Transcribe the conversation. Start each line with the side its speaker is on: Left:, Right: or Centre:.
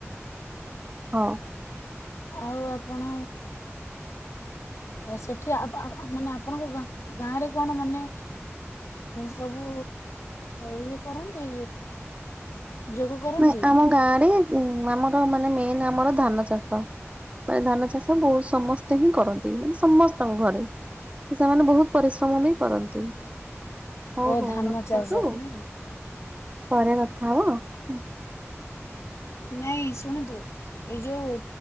Right: ହଉ।
Left: ଆଉ ଆପଣ ଅ ସେଠି ମାନେ ଆପଣଙ୍କ ଗାଁ ରେ କଣ ମାନେ ସବୁ ଇଏ କରନ୍ତି। ଯୋଗ କରନ୍ତି
Right: ନାଇଁ ଆମ ଗାଁ ରେ ଉ ଆମର ମାନେ ମେନ୍ ଆମର ଧାନ ଚାଷ, ମାନେ ଧାନ ଚାଷ ବହୁତ ସମସ୍ତେ ହିଁ କରନ୍ତି। ମାନେ ସମସ୍ତଙ୍କ ଘରେ, ତ ସେମାନେ ବହୁତ ପରିଶ୍ରମ ବି କରନ୍ତି। ହଉ
Left: ଓ
Right: ହଉ
Left: ଧାନ
Right: ରଖନ୍ତୁ।
Left: ଚାଷ ନାଇଁ
Right: ପରେ କଥା ହବ ହୁଁ <inaudible>
Left: ନାଇଁ ଶୁଣନ୍ତୁ ଏଇ ଯୋଉ